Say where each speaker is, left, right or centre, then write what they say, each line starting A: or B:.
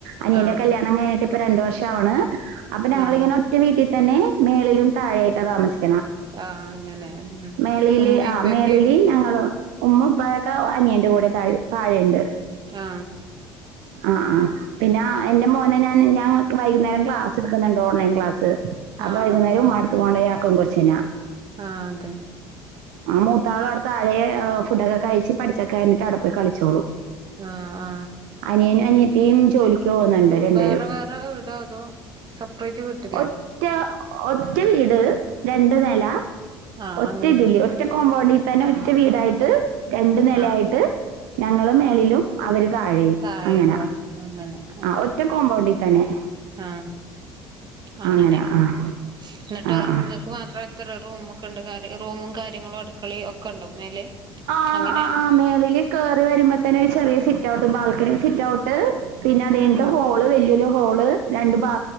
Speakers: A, on the right; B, on the right.
A: അനിയന്റെ
B: ആ
A: കല്യാണം കഴിഞ്ഞിട്ട് ഇപ്പ രണ്ടു വർഷാവണ് അപ്പൊ ഞങ്ങൾ
B: ആഹ്
A: ഇങ്ങനെ ഒറ്റ വീട്ടിൽ തന്നെ മേളിലും താഴെയായിട്ട താമസിക്കു
B: ആ അങ്ങനെ ഉം
A: മേളിൽ
B: ഉമ്മി
A: ആ
B: ഇപ്പൊക്കെ
A: മേളിൽ ഞ ഉമ്മ ഇപ്പഴൊക്കെ അനിയന്റെ കൂടെ താഴ താഴെുണ്ട്
B: ആ
A: ആആ പിന്നെ എന്റെ മോനെ ഞാൻ ഞങ്ങ വൈകുന്നേരം ക്ലാസ് എടുക്കുന്നുണ്ട് ഓൺലൈൻ ക്ലാസ്സ് അ
B: ആഹ്
A: വൈകുന്നേരം ഉമ്മാടത്ത് കൊണ്ട ആക്കും കൊച്ചിനെ
B: ആ അതെ
A: ആ മൂത്താള അവിടെ തഴെ ഫുഡൊക്കെ കഴിച്ച് പഠിച്ചൊക്ക കഴിഞ്ഞിട്ട് അവിടെ പോയി കളിച്ചോളു
B: ആ ആ
A: അനിയനും അനിയത്തിയും ജോലി പോന്നുണ്ട് രണ്ട്
B: വേറെ
A: പേരും
B: വേറെ വീടോ അതോ സെപ്പറേറ്റ് വീട്ടിലോ
A: ഒറ്റ ഒറ്റ വീട് രണ്ട് നില
B: ആഹ്
A: ഒറ്റ
B: അങ്ങനെ
A: ഇതില് ഒറ്റ കോമ്പൗണ്ട് തന്നെ ഒറ്റ വീടായിട്ട് രണ്ടു നിലയായിട്ട്
B: ആഹ്
A: ഞങ്ങളും മേളിലും അവര് താഴെയും
B: താഴേട്ടോ
A: അങ്ങനാ
B: അങ്ങനെ ആ
A: ഒറ്റ കോമ്പൗണ്ടിൽ തന്നെ
B: ആ അങ്ങനെ
A: അങ്ങനാ ആഹ്
B: എന്നിട്ട്
A: ആഹ് ആഹ്
B: നിങ്ങൾക്ക് മാത്രം എത്ര റൂമ കെണ്ട്കാര്യ റൂമും കാര്യങ്ങളും അടുക്കളയും ഒക്കെണ്ടോ മേലെ
A: ആ
B: അങ്ങനെയാണോ
A: ആ ആ മേള്ൽ കേറി വരുമ്പോ തന്നെ ഒരു ചെറിയ സിറ്റ് ഔട്ട് ബാൽക്കണി സിറ്റ്ഔട്ട് പിന്നെ അത് കഴിഞ്ഞിട്ട്
B: ആഹ്
A: ഹോള് വല്ലിയൊരു ഹോള് രണ്ട് ബാ